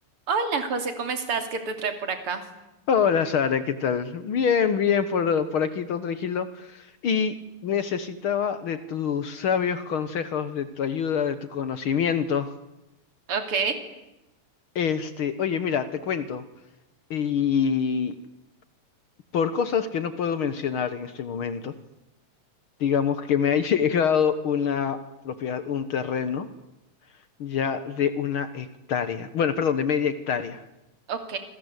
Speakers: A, on the right (about 40°); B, on the left (about 75°).
A: Hola, José, ¿cómo estás? ¿Qué te trae por acá?
B: Hola Sara, ¿qué tal? Bien, bien, por, por aquí todo tranquilo. Y necesitaba de tus sabios consejos, de tu ayuda, de tu conocimiento.
A: Ok,
B: Este, oye, mira, te cuento. Y por cosas que no puedo mencionar en este momento, digamos que me ha <laughs> llegado una propiedad, un terreno ya de una hectárea. Bueno, perdón, de media hectárea.
A: ok,